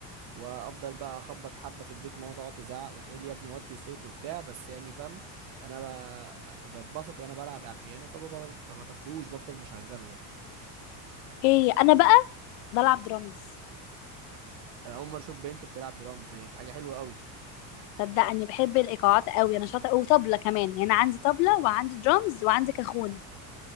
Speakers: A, on the right; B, on the left.
A: وافضل بقى اخبط حبه في البيت ماما تقعد تزعق وتقول لي يا ابني وطي صوت وبتاع بس يعني فاهم انا ب- بتبسط وانا بلعب على البيانو فما بطفيهوش بفضل مشغله يعني
B: ايه انا بقى بلعب درامز
A: انا اول مره اشوف بنت بتلعب درامز دي حاجه حلوه قوي
B: صدقني بحب الايقاعات قوي انا شاطره وطبله كمان يعني عندي طبله وعندي درامز وعندي كاخون